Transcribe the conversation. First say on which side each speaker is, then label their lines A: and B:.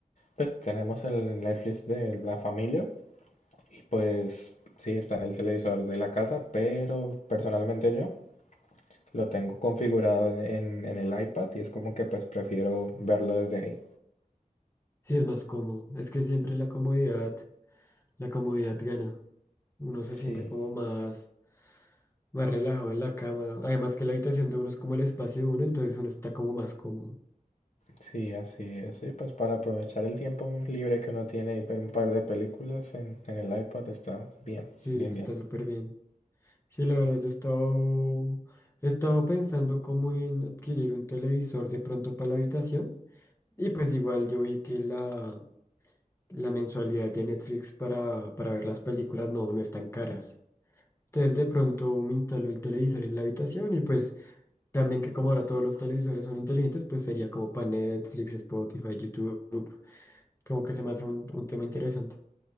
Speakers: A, on the left; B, on the left.
A: pues tenemos el Netflix de la familia y pues sí está en el televisor de la casa, pero personalmente yo lo tengo configurado en, en- en el iPad y es como que pues prefiero verlo desde ahí.
B: sí es más cómodo. Es que siempre la comodidad, la comodidad gana. Uno se
A: Sí,
B: siente como más, más relajado en la cama. Además que la habitación de uno es como el espacio de uno, entonces uno está como más cómodo.
A: sí, así es, sí, pues para aprovechar el tiempo libre que uno tiene y ver un par de películas en, en el iPad está bien,
B: Sí,
A: bien,
B: está
A: bien.
B: súper bien. Sí, la verdad, yo he estado, he estado pensando como en adquirir un televisor de pronto para la habitación Y pues igual yo vi que la, la mensualidad de Netflix para, para ver las películas no, no es tan caras. Entonces de pronto me instaló el televisor en la habitación y pues también que como ahora todos los televisores son inteligentes, pues sería como para Netflix, Spotify, YouTube, como que se me hace un, un tema interesante.